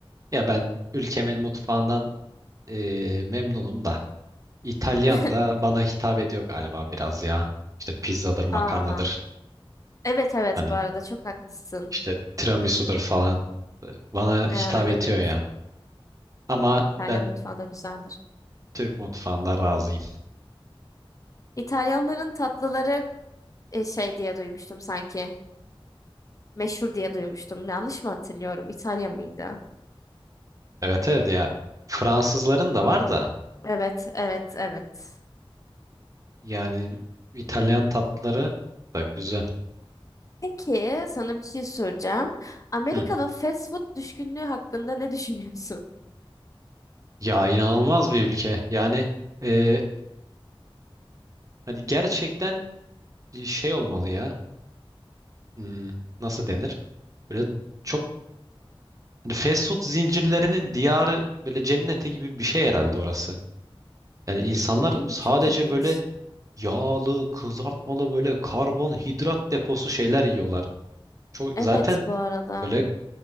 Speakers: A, on the right; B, on the left.
A: ya ben ülkemin mutfağından e, memnunum da İtalyan
B: <laughs>
A: da bana hitap ediyor galiba biraz ya. İşte pizzadır, makarnadır.
B: Aa, evet evet
A: Hani
B: bu arada çok haklısın.
A: işte tiramisu'dur falan e, bana hitap
B: Ee, evet
A: ediyor ya. Ama
B: İtalyan
A: ben
B: mutfağı da güzeldir.
A: Türk mutfağından razıyım.
B: İtalyanların tatlıları e, şey diye duymuştum sanki. Meşhur diye duymuştum. Yanlış mı hatırlıyorum? İtalya mıydı?
A: Evet evet ya Fransızların da var da
B: Evet evet evet.
A: yani İtalyan tatları da güzel.
B: Peki sana bir şey soracağım. Amerika'da
A: Hı.
B: fast food düşkünlüğü hakkında ne <laughs> düşünüyorsun?
A: Ya inanılmaz bir ülke. Yani e, hani gerçekten bir şey olmalı ya. Hmm, nasıl denir? Böyle çok hani fast food zincirlerinin diyarı böyle cenneti gibi bir şey herhalde orası. Yani insanlar
B: Değil mi?
A: sadece
B: Çok ilginç.
A: böyle yağlı, kızartmalı böyle karbonhidrat deposu şeyler yiyorlar. Çok
B: Evet
A: zaten
B: bu arada.
A: böyle